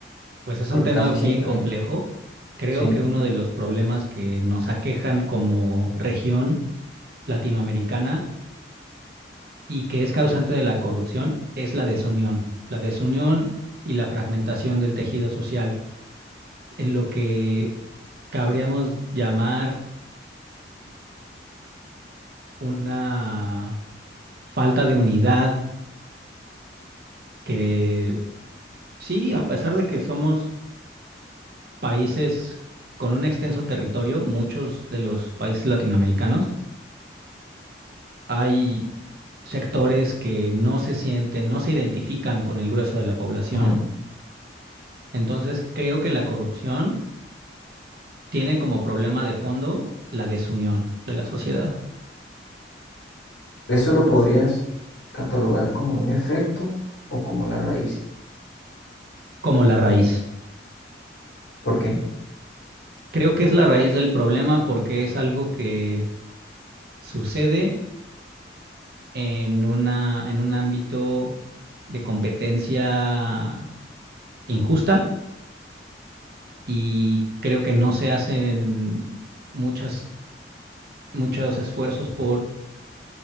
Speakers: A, on the right (about 55°); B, on the left (about 75°).
A: Pues es
B: Porque
A: un tema
B: casi
A: bien
B: siempre,
A: complejo. Creo
B: sí.
A: que uno de los problemas que nos aquejan como región latinoamericana y que es causante de la corrupción es la desunión, la desunión y la fragmentación del tejido social, en lo que cabríamos llamar una falta de unidad que sí, a pesar de que somos países con un extenso territorio, muchos de los países latinoamericanos, hay sectores que no se sienten, no se identifican con el grueso de la población.
B: Ujú.
A: Entonces, creo que la corrupción tiene como problema de fondo la desunión de la sociedad,
B: Eso lo podrías catalogar como un efecto o como la raíz.
A: como la raíz.
B: ¿Por qué?
A: Creo que es la raíz del problema porque es algo que sucede en una, en un ámbito de competencia injusta y creo que no se hacen muchas, muchos esfuerzos por,